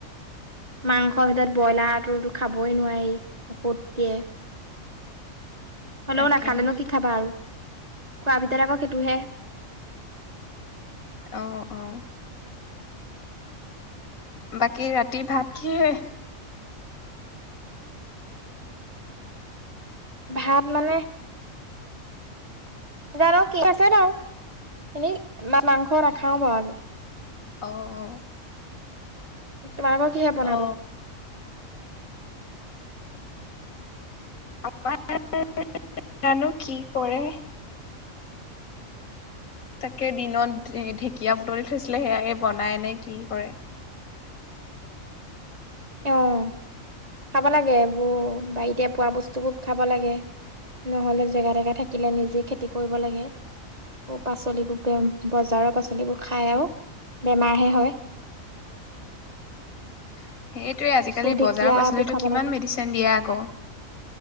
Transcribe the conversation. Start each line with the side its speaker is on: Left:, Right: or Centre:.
Right: মাংসৰ ভিতৰত ব্ৰইলাৰটোতো খাবই নোৱাৰি ঔষধ দিয়ে। হলেও
Left: তাকেহে
Right: নাখালে নো কি খাবা আৰু খোৱা ভিতৰত আকৌ সেইটোহে
Left: আহ আহ বাকী ৰাতিৰ ভাত কিহে
Right: ভাত মানে জানো কি আছে ন এ মাংস নাখাওঁ বাও আজি
Left: অঁ অ
Right: তোমালোকৰ কিহে বনাব?
Left: অ আমাৰ জানো কি কৰে? তাকে দিনত ঢেকীয়া বুটলি থৈছিলে সেয়াকে বনাই নে কি? কৰে
Right: অ খাব লাগে বোৰ বাৰীতে পোৱা বস্তুবোৰ খাব লাগে? নহলে জেগা জেগা থাকিলে নিজে খেতি কৰিব লাগে। পাচলিবোৰ বজাৰৰ পাচলিবোৰ খাই আৰু বেমাৰহে হয়।
Left: <inaudible> সেইটোৱে আজিকালি
Right: কচু
Left: বজাৰৰ
Right: ঢেকীয়া
Left: পাচলি
Right: এইবোৰ খাব
Left: কিমান
Right: লাগে
Left: মেডিচিন দিয়ে আকৌ